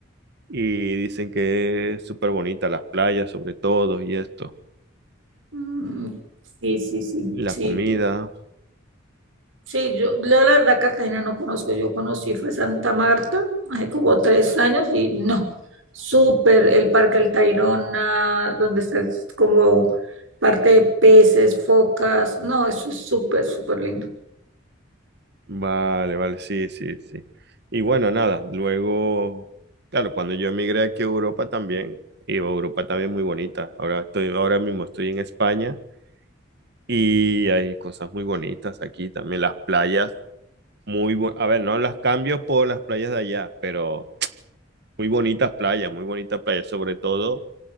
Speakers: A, on the right; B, on the right.
A: y dicen que es súper bonita, las playas sobre todo y esto.
B: Mm, sí, sí, sí,
A: La
B: sí,
A: comida.
B: Sí, yo, yo la verdad Cartagena no conozco, yo conocí fue Santa Marta hace como tres años y no, súper el Parque El Tayrona, donde está el- como parte de peces, focas, no, eso es súper, súper lindo.
A: Vale, vale, sí, sí, sí. Y bueno, nada, luego, claro, cuando yo emigré aquí a Europa también, y Europa también muy bonita. Ahora estoy, ahora mismo estoy en España. Y hay cosas muy bonitas aquí también. Las playas, muy bu- A ver, no las cambio por las playas de allá, pero muy bonitas playas, muy bonitas playas. Sobre todo